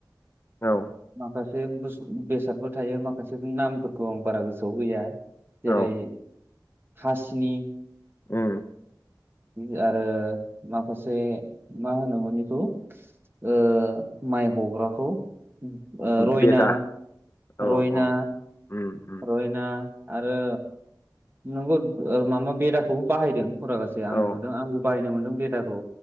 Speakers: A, on the right; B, on the left.
A: <inaudible>
B: औ
A: माखासे। बे बुस बेसादबो थायो माखासे उ नामफोरखौ आं बारा गोसोआव गैया
B: औ
A: जेरै हासिनि
B: उम।
A: उ आरो माखासे मा होनोमोन इखौ ओ माइ हग्राखौ ओ रयना
B: बेदा औ
A: रयना।
B: औ उम उम
A: रयना आरो नोंगौ ओ मामा बेदाखौ बाहायदों। फुरागासे
B: औ
A: आं नुदों आंबो बायनो मोनदों बेदाखौ,